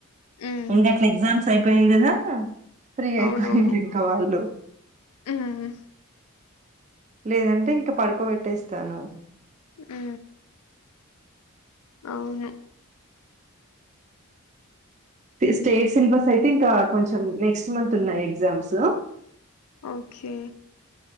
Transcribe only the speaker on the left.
హ్మ్.
అవునవును.
హ్మ్.
ఆ అవును
ఓకే